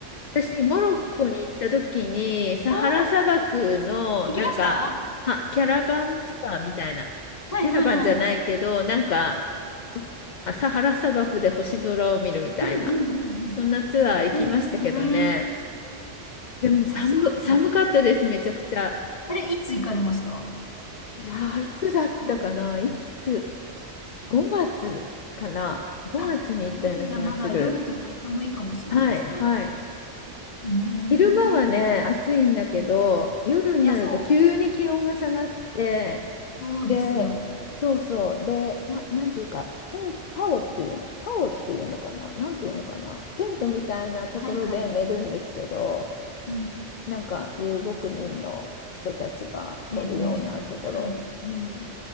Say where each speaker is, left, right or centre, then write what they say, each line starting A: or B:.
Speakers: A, on the left (about 55°); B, on the left (about 35°).
A: 私、モロッコに行った時に、サハラ砂漠の、
B: おー行きました
A: なんか、は、キャラバンツアーみたいな。
B: はいはいはい。
A: キャラバンじゃないけど、なんか、あサハラ砂漠で星空を見るみたいな。
B: うんうんうんうん。
A: そんなツアー行きましたけどね。
B: あれ、いいですよね。
A: でも寒、
B: いや、そうなの。
A: 寒かったです、めちゃくちゃ。
B: あれ、いつ行かれました
A: いやー、いつだったかな、
B: 夏
A: いつ、5月かな、5月に行ったような気がする。
B: あ、5月じゃまだ夜とか寒いかもしれないですね。
A: はい、はい。
B: うーん。
A: 昼間はね、
B: は
A: 暑いんだけど、
B: いい。
A: 夜になると急に気温が下がって、
B: や、そう。そうですよ。
A: で、そうそう、で、な、なんていうか、テン、パオっていうの、パオっていうのかな、なんていうのかな、テントみたいなところで寝るんですけど、
B: はいはい。うん。
A: なんか遊牧民の人たちが寝るようなところ。
B: ね、あの人たち。はい。
A: うん